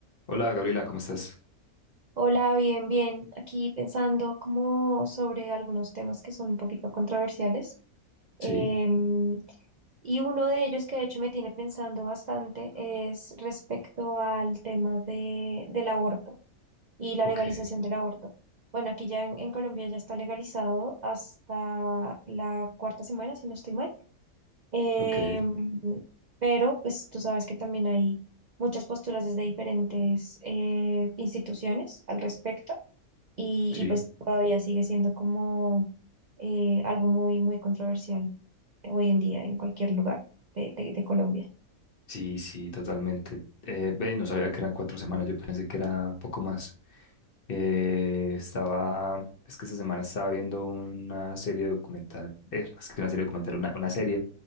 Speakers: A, on the left; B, on the right.
A: Hola Gabriela, ¿cómo estás?
B: Hola, bien, bien. Aquí pensando como sobre algunos temas que son un poquito controversiales. Em,
A: Sí,
B: y uno de ellos que de hecho me tiene pensando bastante es respecto al tema de, del aborto y la
A: ok,
B: legalización del aborto. Bueno, aquí ya en, en Colombia ya está legalizado hasta la cuarta semana, si no estoy mal. Em,
A: ok,
B: pero pues tú sabes que también hay muchas posturas desde diferentes eh, instituciones al respecto y,
A: sí,
B: y pues todavía sigue siendo como eh, algo muy, muy controversial hoy en día en cualquier lugar de, de- de Colombia.
A: sí, sí, totalmente. Eh, ve, no sabía que eran cuatro semanas, yo pensé que era un poco más. Eh, estaba, es que esta semana estaba viendo una serie documental, eh, más que una serie documental, una, una serie